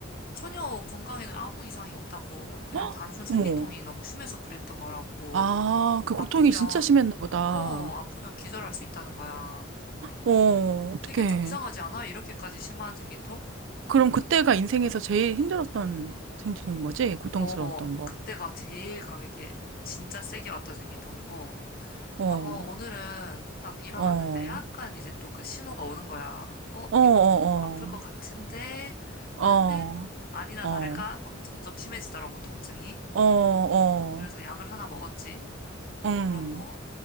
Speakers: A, on the left; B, on the right.
A: 전혀 건강에는 아무 이상이 없다고. 그냥
B: 헉,
A: 단순 생리통이
B: 어머.
A: 너무 심해서 그랬던 거라고.
B: 아, 그
A: 아프면,
B: 고통이 진짜 심했나 보다.
A: 어, 아프면 기절할 수 있다는 거야.
B: 어, 어떡해.
A: 되게 좀 이상하지 않아? 이렇게까지 심한 생리통?
B: 그럼 그때가 인생에서 제일 힘들었던 생리통인 거지? 고통스러웠던
A: 어,
B: 거.
A: 그때가 제일 강하게 진짜 세게 왔던 생리통이고.
B: 어,
A: 아, 오늘은 딱 일어났는데
B: 어.
A: 약간 이제 또 그 신호가 오는 거야. 어,
B: 어, 어,
A: 이거 아플 것 같은데 하는데
B: 어,
A: 아니나
B: 어,
A: 다를까 막 점점 심해지더라고, 통증이.
B: 어, 어,
A: 그래서
B: 어,
A: 약을 하나 먹었지.
B: 응,
A: 그러고